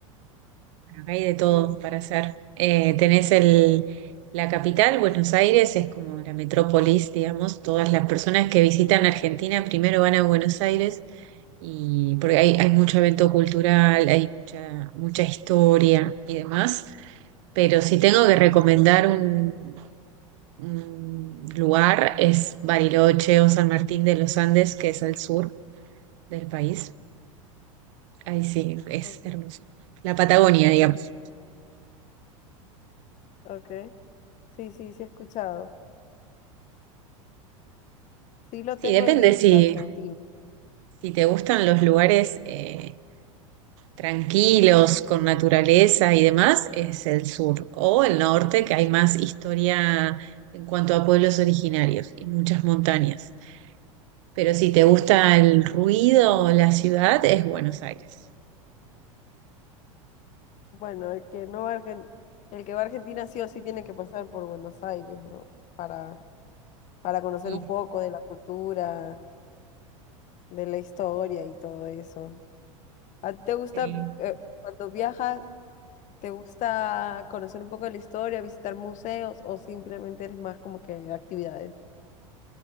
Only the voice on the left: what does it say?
Sí,
ok,
ok.
ok. Sí, sí, sí he escuchado. Sí lo
tengo
en lista,
Argentina.
Bueno, el que no va a Argen- el que va a Argentina sí o sí tiene que pasar por Buenos Aires, ¿no? Para, para conocer
un poco de la cultura, de la historia y todo eso. ¿A ti te gusta,
eh, cuando viajas, te gusta conocer un poco de la historia, visitar museos o simplemente eres más como que actividades?